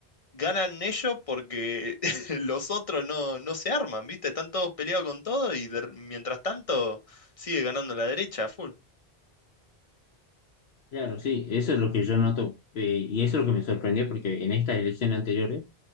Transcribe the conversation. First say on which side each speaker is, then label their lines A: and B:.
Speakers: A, on the left; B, on the left.
A: ganan ellos porque <laughs> los otros no, no se arman, ¿viste? Están todos peleados con todo y de- mientras tanto sigue ganando la derecha a full.
B: Claro, sí, eso es lo que yo noto, eh, y eso es lo que me sorprendió, porque en estas elecciones anteriores